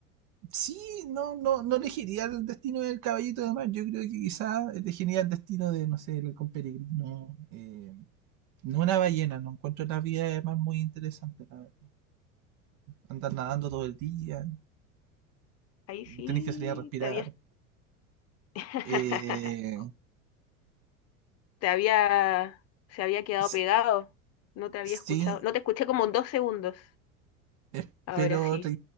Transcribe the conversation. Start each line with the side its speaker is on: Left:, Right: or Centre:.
Right: sí, no, no, no elegiría el destino del caballito de mar. Yo creo que quizás elegiría el destino de, no sé, el halcón peregrino. eh, no una ballena, no encuentro las vías de mar muy interesante. la verdad. Andar nadando todo el día,
Left: Ahí sí
Right: tenés que salir a respirar.
Left: te había, <laughs>
Right: Eh,
Left: te había, se había quedado
Right: s-
Left: pegado. No te había
Right: sí,
Left: escuchado. No te escuché como en dos segundos.
Right: espero,
Left: Ahora sí.
Right: tra-